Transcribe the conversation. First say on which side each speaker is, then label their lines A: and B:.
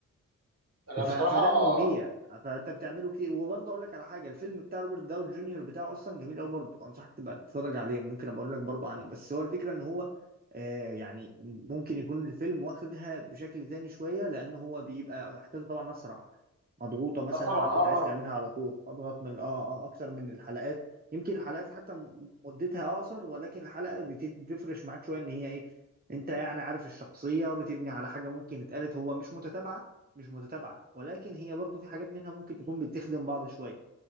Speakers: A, on the right; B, on the right.
A: انا
B: ف...
A: بصراحه
B: فده بيبيع
A: اه
B: فانت بتعمله كتير وبرضه اقول لك على حاجه الفيلم بتاع روبرت داون جونيور بتاعه اصلا جميل قوي برضه انصحك تبقى تتفرج عليه ممكن ابقى اقول لك برضه عنه بس هو الفكره ان هو آه يعني ممكن يكون الفيلم واخدها بشكل تاني شويه لان هو بيبقى احداثه طبعا اسرع مضغوطة مثلا
A: طبعا
B: انت
A: اه
B: عايز
A: اه
B: تعملها على طول اضغط من اه آه، اكتر من الحلقات يمكن الحلقات حتى م- مدتها اقصر ولكن الحلقة بت- بتفرش معاك شوية ان هي ايه انت يعني عارف الشخصية بتبني على حاجة ممكن اتقالت هو مش متتابعة مش متتابعة ولكن هي برضو في حاجات منها ممكن تكون بتخدم بعض شوية